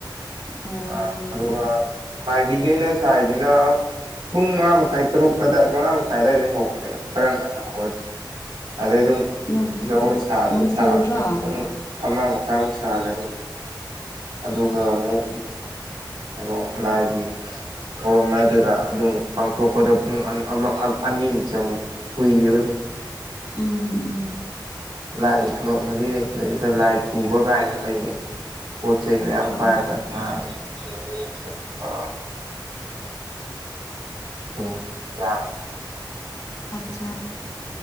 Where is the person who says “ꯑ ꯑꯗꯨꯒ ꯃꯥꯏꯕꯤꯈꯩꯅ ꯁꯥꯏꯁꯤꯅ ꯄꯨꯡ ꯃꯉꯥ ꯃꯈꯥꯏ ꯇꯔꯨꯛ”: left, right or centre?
Right